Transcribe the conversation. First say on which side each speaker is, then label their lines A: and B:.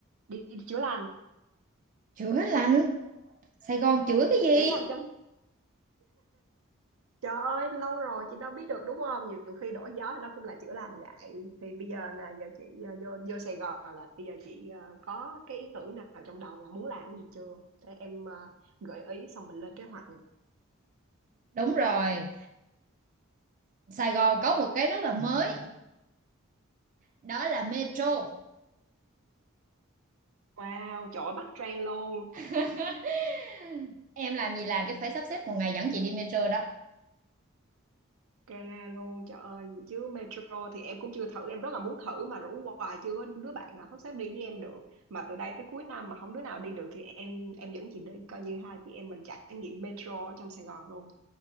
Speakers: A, on the right; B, on the right.
A: đi, đi chữa lành
B: chữa lành Sài Gòn chữa cái gì
A: chữa lành trong trời ơi lâu rồi chị đâu biết được đúng không nhiều khi đổi gió nó cũng là chữa lành vậy thì bây giờ là giờ chị ờ, vô vô Sài Gòn là bây giờ chị ờ, có cái ý tưởng nào trong đầu là muốn làm cái gì chưa để em ờ, gợi ý xong mình lên kế hoạch nha.
B: đúng rồi Sài Gòn có một cái rất là mới đó là metro
A: wow trời ơi bắt trend luôn
B: <laughs> em làm gì làm chứ phải sắp xếp một ngày dẫn chị đi metro đó
A: Gala luôn trời ơi gì chứ metro thì em cũng chưa thử em rất là muốn thử mà rủ hoài chưa có đứa bạn nào sắp xếp đi với em được mà từ đây tới cuối năm mà không đứa nào đi được thì em em dẫn chị đi coi như hai chị em mình trải nghiệm metro ở trong Sài Gòn luôn